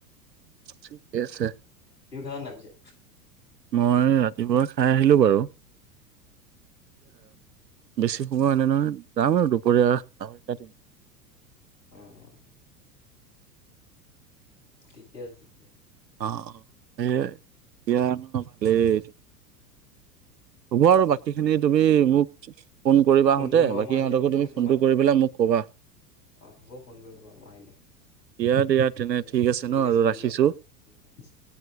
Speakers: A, on the right (about 80°); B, on the left (about 75°).
A: ঠিকে আছে
B: তুমি খালা নাই পিছে
A: মই ৰাতিপুৱা চাই আহিলো বাৰু সোমোৱা আনে নহয় যাম আৰু দুপৰীয়া আহ এ
B: অহ অহ ঠিকে আছে ঠিকে আছে
A: অ এতিয়া ভালেই হ'ব আৰু বাকী খিনি তুমি মোক ফোন কৰিবা
B: ফোন
A: আহোতে
B: কৰিম বাৰু
A: বাকী
B: মই আহিলে
A: সিহঁতকো
B: ফোন
A: তুমি
B: কৰিম
A: ফোনটো
B: তোমাক
A: কৰি পেলাই মোক কবা
B: অ হ'ব ফোন কৰিম তোমাক মই আহিলে
A: দিয়া তেনে
B: দিয়া ঠিক
A: ন আৰু
B: আছে ঠিক
A: ৰাখিছোঁ
B: আছে উম ৰাখিছো